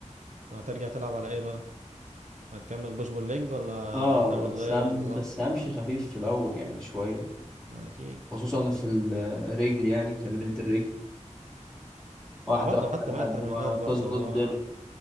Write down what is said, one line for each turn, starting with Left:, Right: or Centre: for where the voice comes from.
Right: هترجع تلعب على ايه بقى هتكمل بوش بول ليج ولا
Centre: اه
Right: ناوي
Centre: بس
Right: تغير
Centre: هم
Right: النظام
Centre: بس همشي خفيف في الاول يعني شويه
Right: اكيد
Centre: خصوصا في الرجل يعني تمرينة الرجل واحده
Right: ما برضه
Centre: واحده
Right: حتى
Centre: لحد
Right: بقى التمرينات
Centre: ما
Right: برضه
Centre: تظبط
Right: اللي
Centre: الدنيا
Right: هو